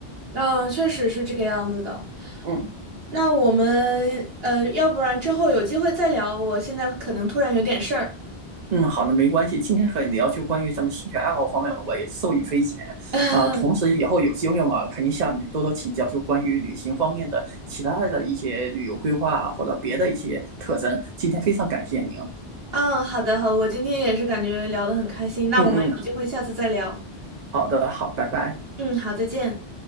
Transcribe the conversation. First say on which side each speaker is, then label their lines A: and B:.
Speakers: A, on the right; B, on the right.
A: 嗯，确实是这个样子的。
B: 嗯。
A: 那我们呃，要不然之后有机会再聊。我现在可能突然有点事儿。
B: 嗯，好的，没关系。今天和你聊就关于咱们兴趣爱好方面，我也受益匪浅啊、
A: <laughs>
B: 同时，以后有机会嘛，肯定向你多多请教，就关于旅行方面的其他的一些旅游规划啊或者别的一些特征。今天非常感谢您。
A: 嗯，好的，好我今天也是感觉聊得很开心。那我们有机会下次再聊。
B: 嗯嗯，好的，好，拜拜。
A: 嗯，好，再见。